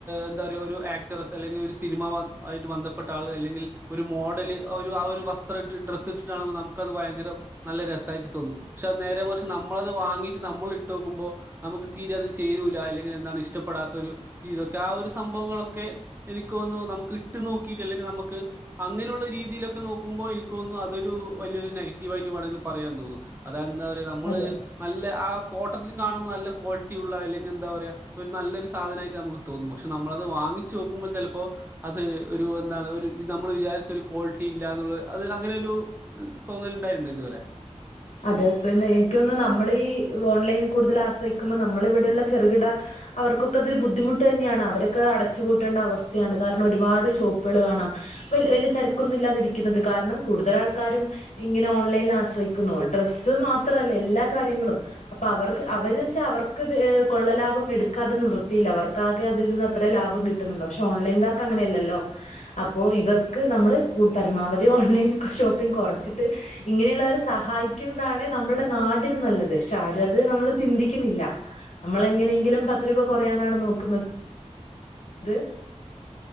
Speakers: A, on the right; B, on the left.
A: എന്താ പറയ ഒരു ആക്ടർ <unintelligible> ഒരു സിനിമ ആയിട്ട് ബന്ധ പ്പെട്ട ആൾ അല്ലെങ്കിൽ ഒരു മോഡല് ആ ഒരു വസ്ത്ര ഡ്ര ഇട്ടിട്ടാണ നമുക്കത് ഭയങ്കര നല്ല രസായിട്ട് തോന്നും പക്ഷേ അത് നേരെ മറിച്ച് നമ്മളത് വാങ്ങീട്ട് നമ്മൾ ഇട്ട് നോക്കുമ്പോ നമുക്ക് തീരെ അത് ചേരൂല ല്ലെങ്കിൽ എന്താണ് ഇഷ്ടപ്പെടാത്ത ഒരു ഇതൊക്കെ ആ ഒരു സംഭവങ്ങളൊക്കെ എനിക്കോന്നു നമുക്ക് ഇട്ട് നോക്കി ട്ട് അല്ലെങ്കി നമുക്ക് അങ്ങനെയുള്ള രീതിയിലൊക്കെ നോക്കി ക്കുമ്പോ എനിക്ക് തോന്നുന്നു അതൊരു വല്യൊരു നെഗറ്റീവായിട്ട് വേണമെങ്കിൽ പറയാം തോന്നുന്നു അതന്താ പറയ നമ്മള്
B: അതെ
A: നല്ല ആ ഫോട്ടത്തിൽ കാണു നല്ല ക്വാളിറ്റിയുള്ള അല്ലെങ്കിൽ എന്താ പറയാ ഒരു നല്ലൊരു സാധനായിട്ട് നമുക്ക് തോന്നും പക്ഷേ നമ്മളത് വാങ്ങിച്ചു നോക്കുമ്പോ പ്പോ അത് ഒരു എന്താണ് ഒരു നമ്മൾ വിചാരിച്ചരു ക്വാളിറ്റി ഇല്ല എന്നുള്ള അത് അങ്ങനൊരു തോന്നലുണ്ടായിട്ടണ്ട് ഇത് രെ
B: അതെ പിന്നെ എനക്കോന്ന് നമ്മളീ ഓൺലൈൻ കൂടുതൽ ആശ്രയിക്കുമ്പോൾ നമ്മളിവിടുള്ള ചെറുകിട അവർക്കൊക്കെ അതൊരു ബുദ്ധിമുട്ട് തന്നെയാണ് അവരൊക്കെ അടച്ചുപൂട്ടേണ്ട അവസ്ഥയാണ് കാരണം ഒരുപാട് ഷോപ്പുകൾ കാണാം വലിയ തിരക്കൊന്നും ഇല്ലാതിരിക്കുന്നത് കാരണം കൂടുതൽ ആൾക്കാരും ഇങ്ങനെ ഓൺലൈനിൽ ആശ്ര ക്കുന്നു ഡ്രസ്സ് മാത്രല്ല എല്ലാ കാര്യങ്ങളും അപ്പൊ അവർക്ക് അവര് വെച്ചാ അവർക്ക് കൊള്ളലാ ഭം എടുക്കാതെ നിവൃത്തിയില്ല അവർക്കാകെ അതിൽ നിന്ന് അത്രേ ലാഭം കിട്ടുന്നുല്ലോ പക്ഷെ ഓൺലൈൻകാർക്ക് അങ്ങനെയല്ലല്ലോ അപ്പോൾ ഇവർക്ക് നമ്മള് പരമാവധി ഓൺലൈൻ ഷോപ്പിംഗ് കുറച്ചിട്ട് ഇങ്ങനെയുള്ളവർ സഹായിക്കുന്നതാണ് നമ്മുടെ നാടിന് നല്ലത് പക്ഷെ ആരും അത് നമ്മള് ചിന്തിക്കുന്നില്ല നമ്മളെങ്ങനെ ങ്കിലും പത്ത് രൂപ കുറയാനാണ് നോക്കുന്നത് <unintelligible>